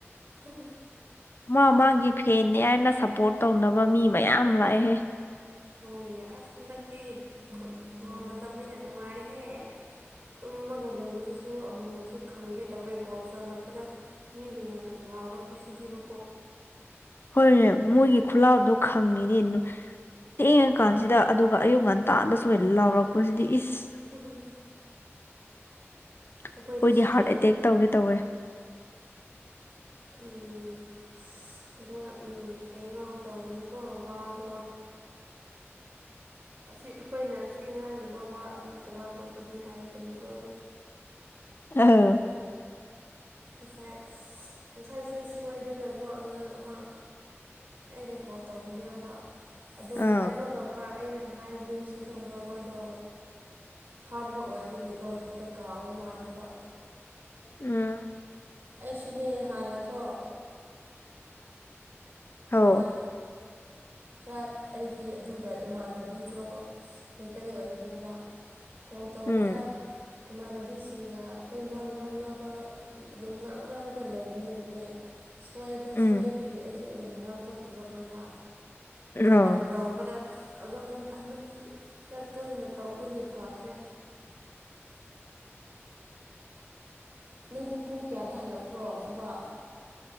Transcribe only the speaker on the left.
ꯃꯥ ꯃꯥꯒꯤ ꯐꯦꯟꯅꯤ ꯍꯥꯏꯅ ꯁꯞꯄꯣꯔꯠ ꯇꯧꯅꯕ ꯃꯤ ꯃꯌꯥꯝ ꯂꯥꯛꯑꯦꯍꯦ
ꯍꯣꯏꯅꯦ ꯃꯣꯏꯒꯤ ꯈꯨꯜꯂꯥꯎꯗꯣ ꯈꯪꯉꯤꯅꯦ ꯊꯦꯡꯉꯀꯥꯟꯁꯤꯗ ꯑꯗꯨꯒ ꯑꯌꯨꯛ ꯉꯟꯇꯥꯗꯁꯨ ꯂꯥꯎꯔꯛꯄꯁꯤꯗꯤ ꯏꯁ
ꯑꯩꯈꯣꯏꯗꯤ
ꯍꯥꯔꯠ ꯑꯦꯇꯦꯛ ꯇꯧꯒꯦ ꯇꯧꯋꯦ
<unintelligible>
ꯑ
ꯎꯝ
ꯍꯧ
ꯎꯝ
ꯎꯝ
ꯑ